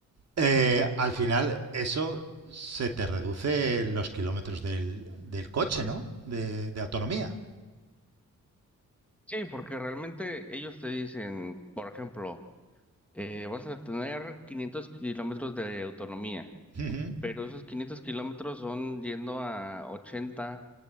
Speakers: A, on the right; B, in the centre.
A: Eh, al final eso se te reduce los kilómetros del, del coche, ¿no? De, de autonomía.
B: Sí, porque realmente ellos te dicen, por ejemplo, eh, vas a tener 500 kilómetros de autonomía,
A: Ujú.
B: pero esos 500 kilómetros son yendo a 80.